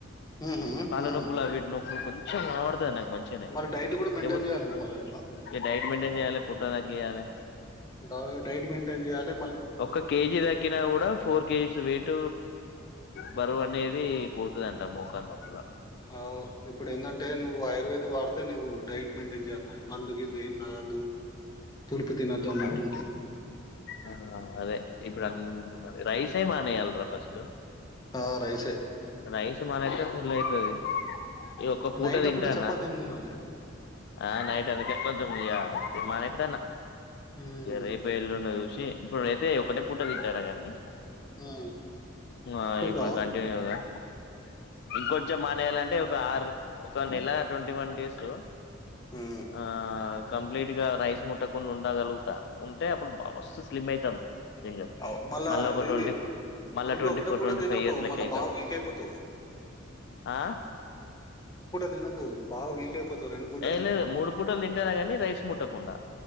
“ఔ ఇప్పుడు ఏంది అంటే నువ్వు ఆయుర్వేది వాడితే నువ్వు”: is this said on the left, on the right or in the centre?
Left